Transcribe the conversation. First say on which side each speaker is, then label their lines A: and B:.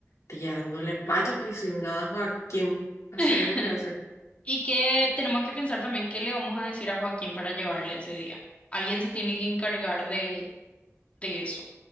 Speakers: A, on the left; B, on the left.
A: tía, no le vaya a decir nada a Joaquín, así
B: <laughs>
A: mismo le voy a decir.
B: Y que tenemos que pensar también qué le vamos a decir a Joaquín para llevarle ese día. Alguien se tiene que encargar de, de eso.